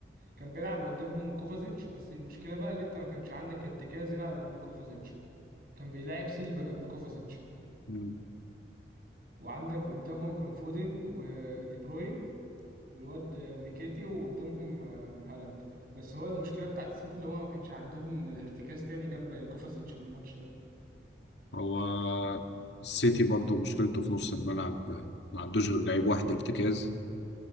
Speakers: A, on the right (about 50°); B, on the left (about 75°).
A: كان بيلعب قدامهم كوفازيتش بس المشكله بقى اللي انت ما كانش عندك ارتكاز يلعب جنب كوفازيتش كان بيلاعب سيلفا جنب كوفازيتش
B: مم.
A: وعندك قدامهم كان فودن ودي بروين والواد ميكيتي وقدامهم آه، هالاند بس هو المشكله بتاعت السيتي اللي هو ما كانش عندهم ارتكاز تاني جنب كوفازيتش في الماتش ده
B: هو السيتي برضه مشكلته في نص الملعب آه، ما عندوش غير لعيب واحد ارتكاز